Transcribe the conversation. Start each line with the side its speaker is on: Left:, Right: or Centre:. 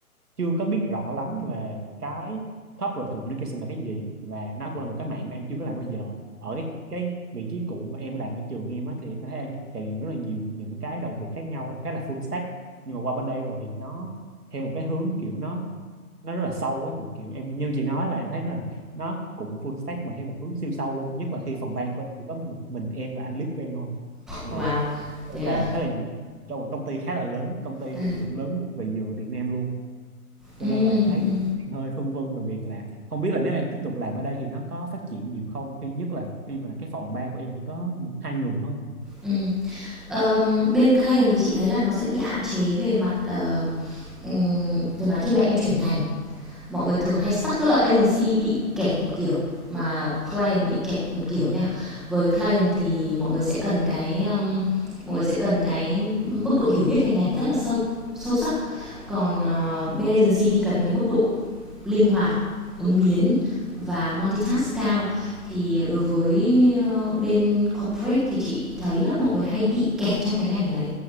Right: chưa có biết rõ lắm về cái corporate communication là cái gì và nó cũng là một cái mạng mà em chưa có làm bao giờ ở cái cái vị trí cũ mà em làm ở trường em á thì em thấy em trải nghiệm rất là nhiều những cái đầu việc khác nhau em khá là full stack nhưng mà qua bên đây rồi thì nó theo một cái hướng kiểu nó nó rất là sâu á chị kiểu em như chị nói là em thấy là nó cũng full stack mà theo một hướng siêu sâu luôn nhất là khi phòng ban của em chỉ có một mình em và anh lead của em thôi mà
Centre: wow
Right: em
Centre: thế à,
Right: phải làm khá là cho một công ty khá là lớn công ty
Centre: à.
Right: kiểu lớn nhất về dừa Việt Nam luôn cho
Centre: Ừ,
Right: nên là em thấy
Centre: ừ,
Right: kiểu đang hơi phân vân về việc là không biết là nếu em tiếp tục làm ở đây thì nó có phát triển nhiều không khi nhất là khi mà cái phòng ban của em chỉ có hai người thôi nè
Centre: ừ. Ờm, bên client thì chị thấy là nó sẽ bị hạn chế về mặt ờ, ừm, về mặt khi mà em chuyển ngành mọi người thường hay stuck tức là agency bị kẹt một kiểu mà client bị kẹt một kiểu nha với client thì mọi người sẽ cần cái um, mọi người sẽ cần cái mức độ hiểu biết về ngành rất là sâu sâu sắc còn ờ, bên agency thì cần cái mức độ linh hoạt, ứng biến và multitask cao thì đối với ờ, bên corporate thì chị thấy là mọi người hay bị kẹt trong cái ngành đấy.